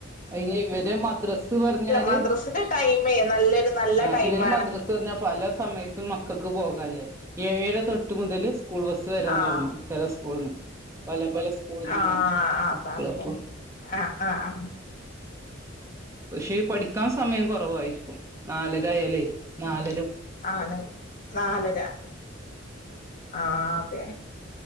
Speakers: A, on the right; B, on the left.
A: അയെ ഇവര് മദ്രസ് പറഞ്ഞാല്
B: മദ്രസിന്റെ ടൈമേ നല്ലൊരു നല്ല
A: ആഹ്
B: ടൈമാണ്
A: ഇവര് മദ്രസ് പറഞ്ഞാൽ പല സമയത്തും മക്കൾക്ക് പോകാല്ലേ ഏഴര തൊട്ട് മുതല് സ്കൂൾ ബസ്സ് വരാൻ
B: ആഹ്
A: തുടങ്ങും ചില സ്കൂൾന്ന് പല പല സ്കൂളിന്നാണ്
B: ആഹ് അതാണ്ല്ലേ
A: മക്കള് അപ്പൊ
B: ആ ആ ആ
A: പക്ഷെ പഠിക്കാ സമയം കൊറവായിരിക്കും നാലരായാലേ നാല
B: ആണ് നാലര ആഹ് തെ